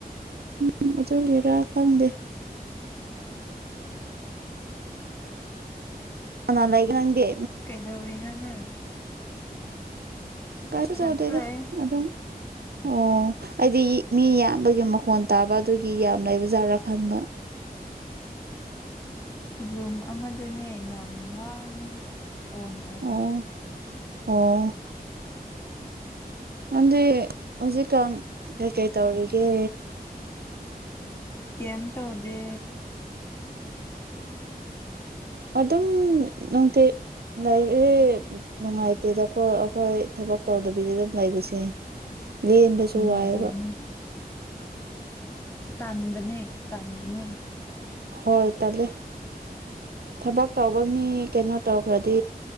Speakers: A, on the right; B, on the left.
A: ꯎꯝ ꯑꯗꯨ ꯂꯩꯔ ꯈꯪꯗꯦ
B: ꯎ
A: ꯅꯥꯟꯥꯏꯒꯦ ꯅꯪꯦ
B: ꯀꯩꯗꯧꯔꯤꯅ ꯅꯪ
A: ꯀꯥꯏꯁꯨ
B: ꯏꯊꯟꯇ
A: ꯆꯥꯎꯧꯗꯦꯗꯣ
B: ꯂꯩꯌꯦ
A: ꯑꯗꯨꯝ
B: <unintelligible>
A: ꯑꯣ ꯑꯩꯗꯤ ꯃꯤ ꯌꯥꯝꯕꯒꯤ ꯃꯈꯣꯟ ꯇꯥꯕ ꯑꯗꯨꯒꯤ ꯌꯥꯝ ꯂꯩꯕꯖꯥꯠꯔꯥ ꯈꯟꯕ
B: ꯔꯨꯝ ꯑꯃꯗꯨꯅꯦ ꯌꯥꯝ ꯂꯥꯡꯉꯤ ꯐꯣꯟ ꯇꯧꯔ
A: ꯑꯣ ꯑꯣ ꯅꯪꯗꯤ ꯍꯧꯖꯤꯛꯀꯥꯟ ꯀꯩꯀꯩ ꯇꯧꯔꯤꯒꯦ
B: ꯀꯩꯝ ꯇꯧꯗꯦ
A: ꯑꯗꯨꯝ ꯅꯨꯡꯇꯦ ꯂꯩ ꯑꯦ ꯅꯨꯡꯉꯥꯏꯇꯦꯗꯈꯣꯏ ꯑꯩꯈꯣꯏ ꯊꯕꯛ ꯇꯧꯗꯕꯤꯗ ꯑꯗꯨꯝ ꯂꯩꯕꯁꯦ ꯂꯦꯟꯕꯁꯨ
B: ꯅꯨꯡꯉꯥꯏꯇꯕꯅꯦ
A: ꯋꯥꯏꯑꯦꯕ
B: ꯇꯟꯥꯟꯕꯅꯦ ꯇꯥꯟꯗꯅꯦ
A: ꯍꯣꯏ ꯇꯜꯂꯦ ꯊꯕꯛ ꯇꯧꯕ ꯃꯤ ꯀꯩꯅꯣ ꯇꯧ ꯈꯔꯗꯤ